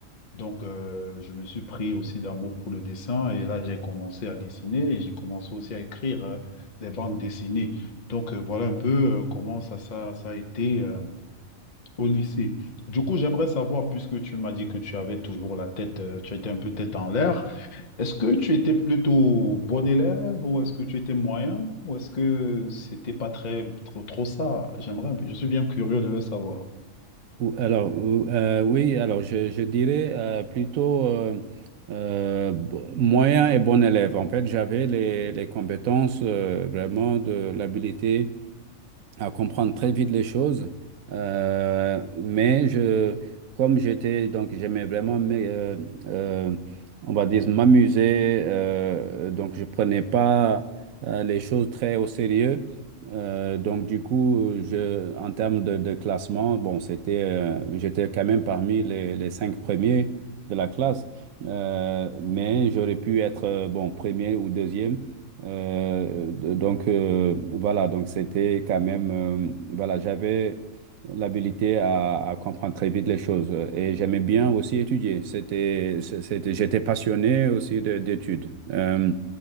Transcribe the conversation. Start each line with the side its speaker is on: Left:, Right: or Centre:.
Left: Donc, euh, je me suis pris aussi d'amour pour le dessin et là, j'ai commencé à dessiner et j'ai commencé aussi à écrire euh, des bandes dessinées. Donc, euh, voilà un peu euh, comment ça, ça, ça a été euh, au lycée. Du coup, j'aimerais savoir, puisque tu m'as dit que tu avais toujours la tête, euh, tu étais un peu tête en l'air, est-ce que tu étais plutôt bon élève ou est-ce que tu étais moyen ou est-ce que c'était pas très, trop, trop ça? J'aimerais, je suis bien curieux de le savoir.
Right: Ou- Alors, ou- euh, oui, alors je, je dirais euh, plutôt euh, euh, bo- moyen et bon élève. En fait, j'avais les, les compétences euh, vraiment de l'habilité à comprendre très vite les choses. Euh, mais je, comme j'étais, donc j'aimais vraiment, mais, euh, euh, on va dire, m'amuser. euh, donc je prenais pas euh, les choses très au sérieux. Euh, donc du coup, je, en termes de, de classement, bon, c'était, euh, j'étais quand même parmi les, les cinq premiers de la classe. Euh, mais j'aurais pu être, euh, bon, premier ou deuxième. Euh, de- donc euh, voilà, donc c'était quand même, euh, voilà, j'avais l'habilité à, à comprendre très vite les choses euh, et j'aimais bien aussi étudier. C'était, c'est- c'était, j'étais passionné aussi de- d'études. Euh,